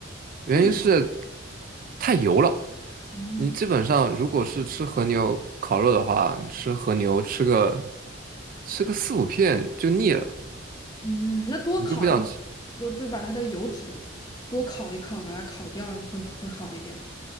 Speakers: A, on the right; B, on the left.
A: 原因是
B: 为什么？
A: 太油了。
B: 嗯
A: 你基本上如果是吃和牛烤肉的话，你吃和牛吃个吃个四五片就腻了，
B: 嗯，那多烤一就就把它的油脂多烤一烤，
A: 你就不想吃。
B: 把它烤掉会会好一点。